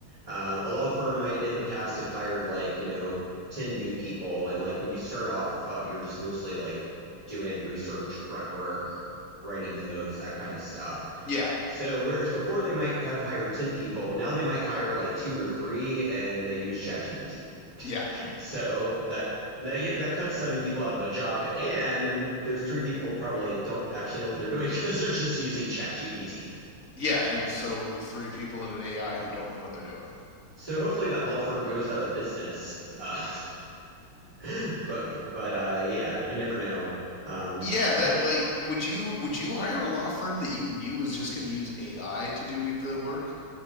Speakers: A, on the right; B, on the left.
A: Um, a law firm might in the past have hired like you know 10 new people, and like when you start off, uh, you're just mostly like doing research, grunt work, writing memos, that kind of stuff.
B: yeah
A: So whereas before they might have hired 10 people, now they might hire like two or three, and they use ChatGPT.
B: yeah
A: So that that yeah, that cuts seven people out of a job, and those three people probably don't actually know what they're doing <laughs> because they're just using ChatGPT.
B: Yeah, and so three people in an AI who don't know what they're doing.
A: So hopefully that law firm goes out of business. Uh, <laughs> but but uh, yeah, you never know. Um,
B: Yeah, that
A: I think
B: like would you would you hire a law firm that you knew was just going to use AI to do the work?